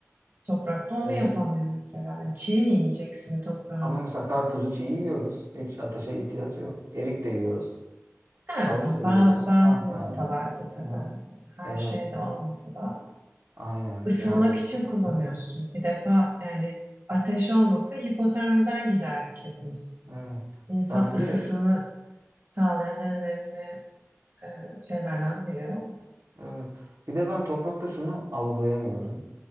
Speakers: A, on the right; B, on the right.
A: Toprakta onu
B: Evet.
A: yapamıyor mesela. Yani çiğ mi yiyeceksin toprağın?
B: Ama mesela karpuzu çiğ yiyoruz. Hiç ateşe ihtiyaç yok. Erik de yiyoruz.
A: Yani
B: Havuç
A: ba-
B: da yiyoruz.
A: bazı
B: Ha
A: noktalarda
B: yani.
A: tabii.
B: Aha.
A: Yani her
B: Evet.
A: şeyde olmasa da
B: Aynen.
A: ısınmak
B: Yani
A: için kullanıyorsun. Bir defa yani ateş olmasa hipotermiden giderdik hepimiz.
B: evet.
A: İnsan
B: Ya bir
A: ısısını
B: de
A: sağlayan en önemli e, şeylerden biri o.
B: evet. Bir de ben toprakta şunu algılayamıyorum.